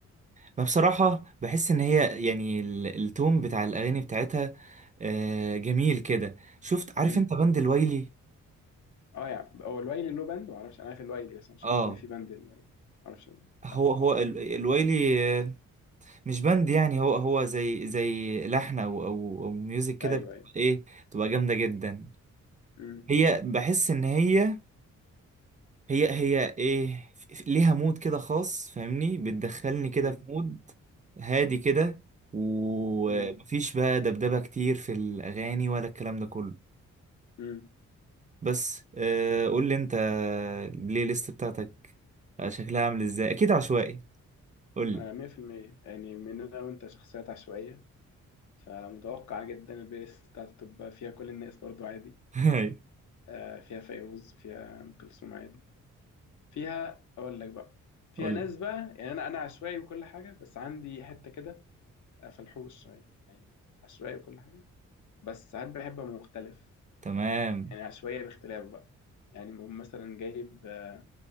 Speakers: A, on the right (about 25°); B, on the left (about 65°).
A: ما بصراحة بحس ان هي يعني ال- التون بتاع الاغاني بتاعتها آه، جميل كده شفت عارف
B: امم
A: انت بند الويلي
B: اه يعني هو الويلي له باند ما اعرفش انا عارف الويلي بس أنا مش
A: اه
B: عارف ان في باند الويلي ما اعرفش أنا.
A: هو
B: لا ما اعرفش
A: هو ال- الويلي آه، مش بند يعني هو هو زي زي لحن او او أو ميوزك كده
B: ايوه
A: بتبقى
B: ايوه
A: ايه بتبقى جامدة جدا
B: امم
A: هي بحس ان هي هي هي ايه ف- ف- ليها مود كده خاص فاهمني بتدخلني كده
B: امم
A: في مود هادي كده ومفيش
B: امم
A: بقى دبدبة كتير في الأغاني ولا الكلام ده كله
B: امم
A: بس آه قول لي انت البلاي ليست بتاعتك شكلها عامل ازاي اكيد عشوائي قول لي
B: آه 100% يعني من انا وانت شخصيات عشوائيه فمتوقع جدا البلاي ليست بتاعتي تبقى فيها كل الناس برضو عادي
A: <laughs>
B: آه فيها فيروز وفيها ام كلثوم عادي فيها اقول لك بقى فيها
A: قول
B: ناس
A: لي
B: بقى يعني انا انا عشوائي وكل حاجه بس عندي حته كده فلحوص شويه يعني عشوائي وكل حاجه بس ساعات بحب ابقى مختلف
A: تمام
B: يعني عشوائيه باختلاف بقى يعني بقوم مثلا جايب آه،